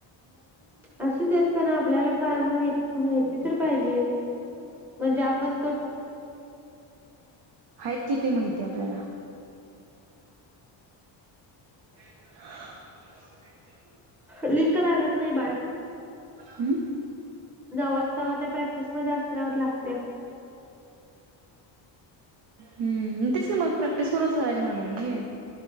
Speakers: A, in the centre; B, on the right (about 65°).
A: असू देत पण आपल्याला काय माहित माहिती तर पाहिजे. म्हणजे आपण
B: आहेत किती माहिती आपल्याला <inaudible>
A: लिंक लागत नाही बाळ
B: हम्म
A: जवाच्या तवा त्या प्रॅक्टिसमध्येध्ये असल्यावर लागत्या.
B: हम्म तेच की मग प्रॅक्टिस करूच करायची म्हणाली ग ते